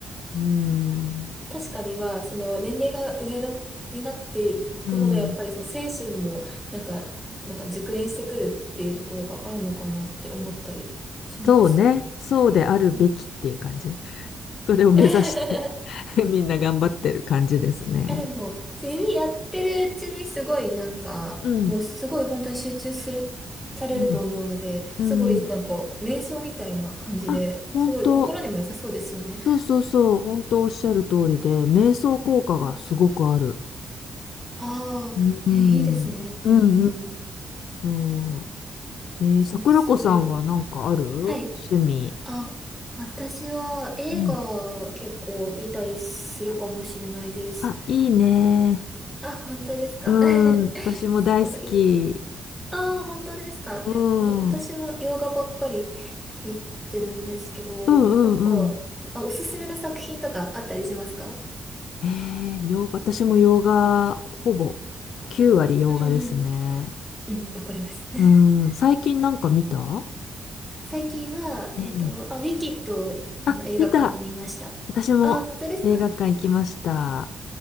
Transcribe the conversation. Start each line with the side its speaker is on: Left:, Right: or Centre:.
Left: うん。
Centre: た確かにまあ、その年齢が上の、になっていくほど、
Left: うん。
Centre: やっぱりその精神も、なんか、なんか熟練してくるっていうところがあるのかなって思ったりします。
Left: そうね。そうであるべきっていう感じ。
Centre: うん
Left: それを目指して
Centre: <laughs>
Left: <laughs> みんな頑張ってる感じですね。
Centre: あ、でも、弓やってるうちにすごいなんか、
Left: うん。
Centre: もうすごい本当に集中する、されると思うので、
Left: うん。うん。
Centre: すごいなんか、瞑想みたいな感じで、
Left: あ、本当、
Centre: すごい心にも良さそうですよね。
Left: そうそうそう、本当おっしゃる通りで、瞑想効果がすごくある。
Centre: うん。ああ、
Left: うん、
Centre: え、いいですね。
Left: うん、
Centre: うんうん。
Left: うん。そう。えー、
Centre: そう、
Left: 桜子さんはなんかある
Centre: すごい。はい。
Left: 趣味。
Centre: あ、私は映画結構見たりするかもしれないです。
Left: うん。あ、いいね。
Centre: あ、本当ですか。
Left: うん、
Centre: <laughs>
Left: 私も大好き。
Centre: そう、ああ、本当ですか。
Left: うん、
Centre: そう、私は洋画ばっかり
Left: うん、
Centre: 見てるんですけど、
Left: うん、
Centre: なんか、
Left: うん。
Centre: あ、おすすめの作品とかあったりしますか
Left: えー、洋画、私も洋画、ほぼ9割洋画ですね。
Centre: うんうん。うん、わかります。<laughs>
Left: うん、最近なんか見た
Centre: 最近は、
Left: うん。
Centre: えっと、あ、ウィキッドをあの映画館で見ました。
Left: あ、見た。私も映画館行きました。
Centre: あ本当ですか。